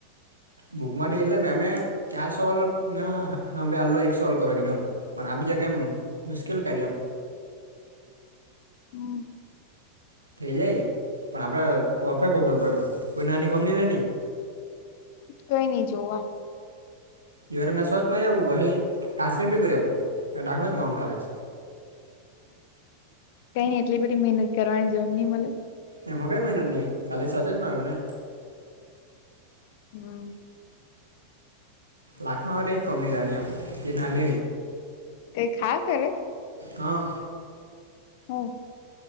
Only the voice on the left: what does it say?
હમ.
કંઈ નઈ જોવા.
કઈ નઈ એટલી બધી મહેનત કરવાની જોવ નથી.
હમ.
કઈ ખા કરે
હમ.